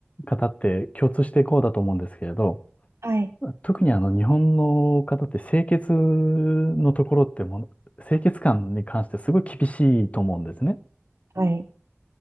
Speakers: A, on the left; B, on the right.
A: 方って共通してこうだと思うんですけれど、
B: はい。
A: 特にあの日本の方って清潔のところってもう、清潔感に関してすごい厳しいと思うんですね。
B: はい。